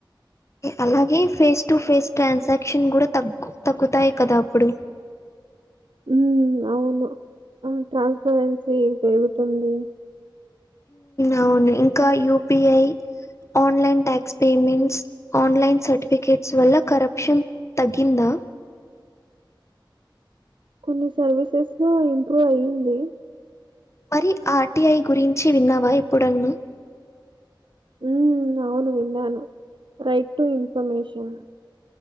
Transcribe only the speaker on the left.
అలాగే ఫేస్ టు ఫేస్ ట్రాన్సాక్షన్ కూడా తగ్గు తగ్గుతాయి కదా అప్పుడు
అవును ఇంకా UPI online tax payments online certificates వల్ల కరప్షన్ తగ్గిందా
మరి ఆర్టీఐ గురించి విన్నావా ఎప్పుడన్న